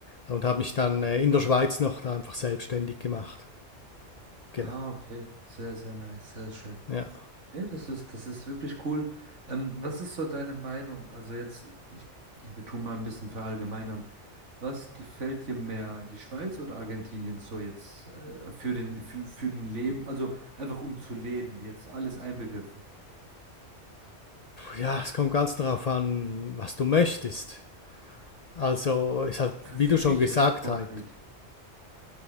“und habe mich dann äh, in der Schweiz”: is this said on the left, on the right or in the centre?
Left